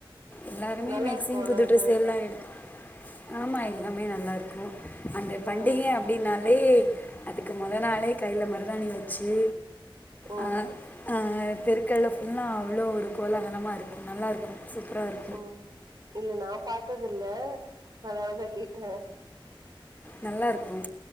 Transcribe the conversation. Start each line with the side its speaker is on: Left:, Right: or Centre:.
Left: எல்லாருமே
Right: நல்லா
Left: மேக்சிங்
Right: இருக்கு ஆனா
Left: புது
Right: அது
Left: ட்ரெஸ் எல்லாம் எடுத்து ஆமா எல்லாமே நல்லாருக்கும் அந்த பண்டிகைய
Right: ம்
Left: அப்டின்னாலே அதுக்கு மொத நாளே கைல மருதாணி வச்சு
Right: ஓ
Left: அ ஆ தெருக்கல்லாம் ஃபுல்லா அவ்ளோ ஒரு கோலாகலமா இருக்கும் நல்லாயிருக்கும் சூப்பரா இருக்
Right: ஓ இல்ல நா பாத்தது இல்ல அதனாலதான் கேட்ட
Left: நல்லாயிருக்கும்